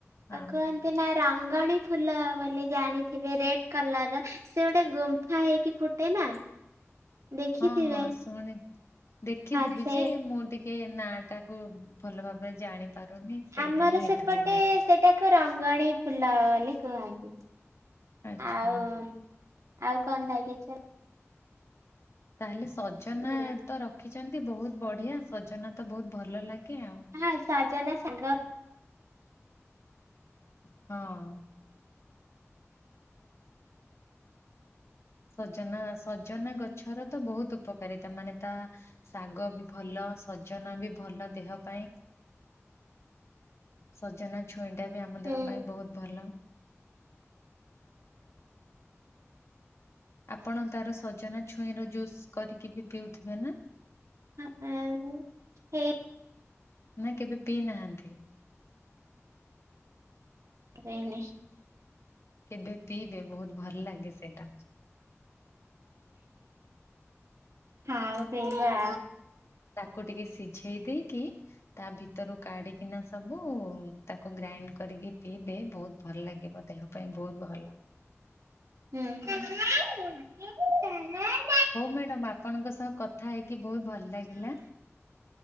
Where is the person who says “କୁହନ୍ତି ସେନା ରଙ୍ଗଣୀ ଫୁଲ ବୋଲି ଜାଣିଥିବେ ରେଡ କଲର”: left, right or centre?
Right